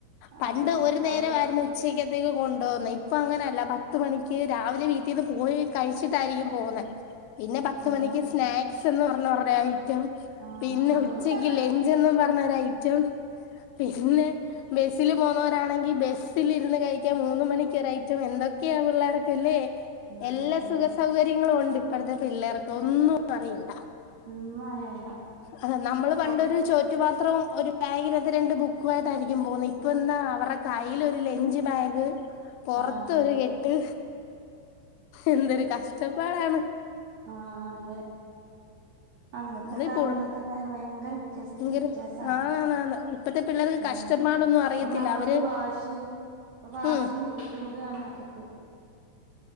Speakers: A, on the left; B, on the right.
A: പണ്ട്
B: അതെ
A: ഒരുനേരമായിരുന്നു
B: അവര്
A: ഉച്ചക്കത്തേക്ക് കൊണ്ടു പോകുന്നേ. ഇപ്പമങ്ങനെയല്ല. പത്ത് മണിക്ക് രാവിലെ വീട്ടീന്ന് പോയി കഴിച്ചിട്ടായിരിക്കും പോന്നെ പിന്നെ പത്തുമണിക്ക്
B: അതെ
A: സ്നാക് സെന്ന് പറഞ്ഞവരുടെ ബാഗി റ്റം,
B: ആ
A: പിന്നെ
B: അതുണ്ട്
A: ഉച്ചക്ക് ലഞ്ചെന്നും പറഞ്ഞൊരൈറ്റം റ്റം. പിന്നെബസ്സില്‌പോ ന്നോരാണെങ്കിൽ ബസ്സിലിരുന്ന് കഴിക്കാൻ മൂന്ന മണിക്കൊരൈറ്റം എന്തൊക്കെയാ പിള്ളേർക്ക്ല്ലേ
B: ആ
A: എല്ലാസുഖസൗഹര്യങ്ങ
B: അതെ
A: നമ്മള്പണ്ട് ഇപ്പളത്തെ പിള്ളേർക്കൊന്നും പറയണ്ട
B: ഒന്നും അറിയണ്ട
A: അത്‌ നമ്മൾപണ്ടൊരു
B: കൊ
A: ചോറ്റുപാത്രവും, ഒരു ബാഗിനകത്ത് രണ്ട് ബുക്കുമായിട്ടായിരിക്കും പോകുന്നത്. ഇപ്പ എന്താ അവരുടെ കയ്യിൽ ഒരു ലെഞ്ച് ബാഗ് പൊറത്ത്
B: ആഹ് അതെ
A: ഒരുഎട്ട് എന്തൊരു കഷ്ടപ്പാടാണ്.
B: അ.. ആ.. അതെ അന്നത്തെകാലം
A: അതിപ്പോൾ
B: ഇന്നത്തെകാലം ഭയങ്കര വ്യത്യ..
A: ഭയങ്കര
B: വ്യത്യാസമാണ്.
A: ആന്നാന്ന് ഇപ്പത്തെ പിള്ളേർക്ക്
B: ഉം..
A: കഷ്ടപ്പാടൊന്നും അറിയത്തില്ല
B: ഇപ്പൊ
A: അവര്
B: വാശി ഇപ്പൊ വാശി
A: ഉം
B: കൂടുവാണ് മക്കൾക്ക്.